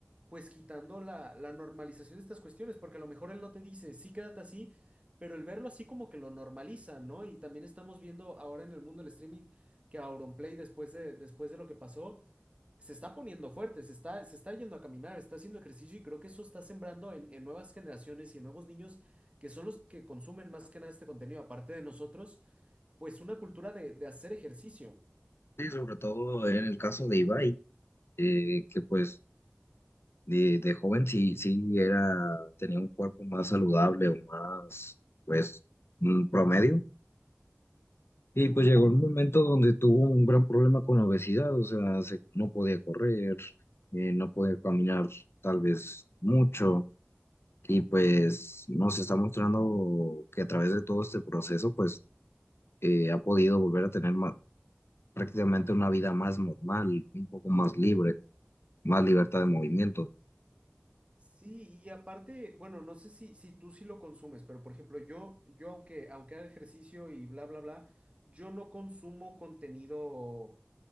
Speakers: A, on the right; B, on the left.
A: pues quitando la, la normalización de estas cuestiones, porque a lo mejor él no te dice, sí, quédate así, pero el verlo así como que lo normaliza, ¿no? Y también estamos viendo ahora en el mundo del streaming que Auronplay, después de, después de lo que pasó, se está poniendo fuerte, se está, se está yendo a caminar, está haciendo ejercicio y creo que eso está sembrando en, en nuevas generaciones y en nuevos niños que son los que consumen más que nada este contenido, aparte de nosotros, pues una cultura de, de hacer ejercicio.
B: Sí, sobre todo en el caso de Ibai, eh, que pues De, de joven sí, sí era, tenía un cuerpo más saludable o más, pues, mm, promedio. Y pues llegó el momento donde tuvo un gran problema con la obesidad, o sea, se- no podía correr, eh, no podía caminar tal vez mucho. Y pues nos está mostrando que a través de todo este proceso, pues, eh, ha podido volver a tener ma- prácticamente una vida más normal, un poco más libre, más libertad de movimiento.
A: Sí, y aparte, bueno, no sé si, si tú sí lo consumes, pero por ejemplo, yo, yo aunque, aunque haga ejercicio y bla, bla, bla, yo no consumo contenido